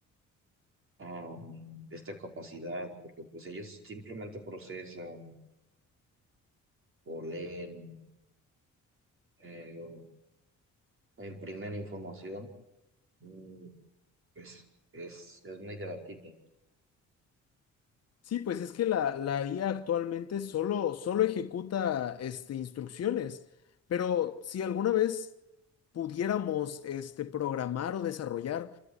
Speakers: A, on the right; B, on the left.
A: am, esta capacidad, porque pues ellos simplemente procesan o leen eh, o imprimen información, mm, pues es, es muy debatible.
B: Sí, pues es que la, la IA actualmente solo, solo ejecuta este, instrucciones, pero si alguna vez pudiéramos este, programar o desarrollar